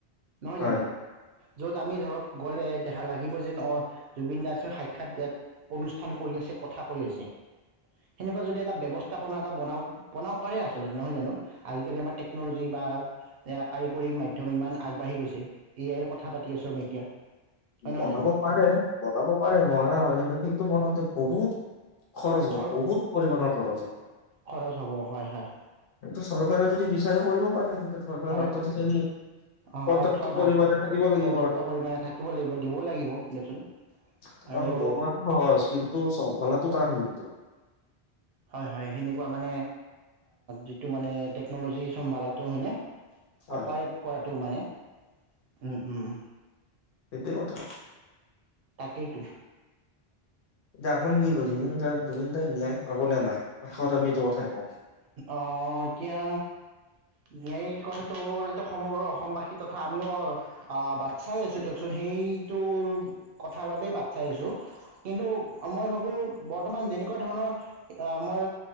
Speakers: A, on the right; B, on the left.
A: নহয়
B: হয়
A: জানো। য'ত আমি ধৰক গ'লে দেখা লাগিব যে ন জুবিন দাসৰ সাক্ষাৎ দিয়াত অনুষ্ঠান কৰি আছে কথা কৈ আছে, সেনেকুৱা যদি এটা ব্ৱস্থাপনা এটা বনা বনাব পাৰে আচলতে নহয় জানো আজিকালি আমাৰ টেকনলজি বা কাৰিকৰী মাধ্যম ইমান আগবাঢ়ি গৈছে, এ আই ৰ কথা পাতি আছো আমি এতিয়া। হয় নহয়
B: বনাব
A: জানো
B: পাৰে বনাব পাৰে নোৱাৰা নহয় কিন্তু সেইটো বনাওঁতে বহুত খৰচ
A: খৰ
B: হব বহুত পৰিমাণৰ কৰা যাব।
A: খৰচ হ'ব হয় হয়।
B: এইটো চৰকাৰে যদি বিচাৰে কৰিব পাৰে। কিন্তু চৰকাৰৰ
A: হয়
B: <unintelligible> খিনি
A: অ'
B: পৰ্যাপ্ত
A: অৰ্থ নাই
B: পৰিমাণে থাকিব লাগিব
A: পৰ্যাপ্ত
B: অৰ্থ।
A: পৰিমাণে থাকিব লাগিব দিব লাগিব দিয়কচোন
B: কাৰণ
A: আৰু
B: বনোৱাটো সহজ কিন্তু চম্ভালা তুতান কিন্তু।
A: হয় হয় সেনেকুৱা মানে যিটো মানে টেকনলজি চম্ভালাটো হয়নে।
B: হয়
A: অপাৰেট কৰাটো মানে উম উম।
B: সেইটোৱে কথা
A: তাকেইটো।
B: এতিয়া আপুনি কি কৰিছে সেইখিনি তাত জুবিন দাই ন্যায় পাব নে নাই শেষত আমি এইটো কথাই কওঁ।
A: অ' এতিয়া ন্যায়িক কথাটো ক'ব গ'লে সমগ্ৰ অসমবাসী তথা আমিও বাট চাই আছোঁ দিয়কচোন সেইটোৰ কথাৰ বাবেই বাট চাই আছোঁ, কিন্তু মই ভাবোঁ বৰ্তমান যেনেকুৱা ধৰণৰ আমাৰ